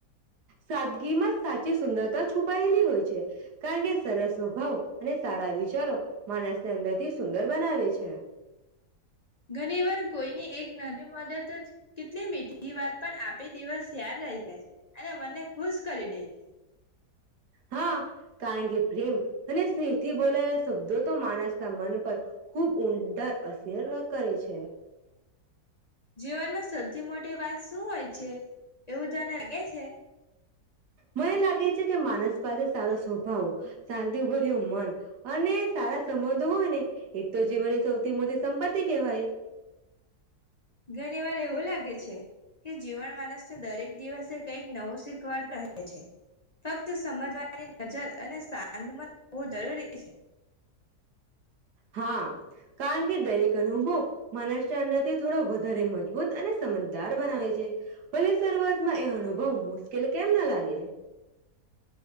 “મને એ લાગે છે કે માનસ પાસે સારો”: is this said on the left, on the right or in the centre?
Right